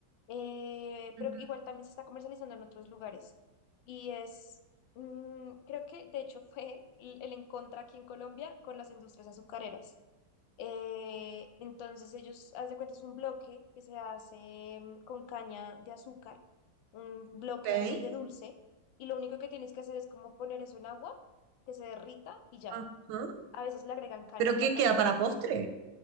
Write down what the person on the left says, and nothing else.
eh,
pero que igual también se está comercializando en otros lugares. Y es, mm, creo que de hecho fue el, el en aquí en Colombia con las industrias azucareras. Eh, entonces ellos, haz de cuenta, es un bloque que se hace em, con caña de azúcar, un bloque
de, de dulce, y lo único que tienes que hacer es como poner eso en agua, que se derrita y ya.
A veces le agregan canela
también.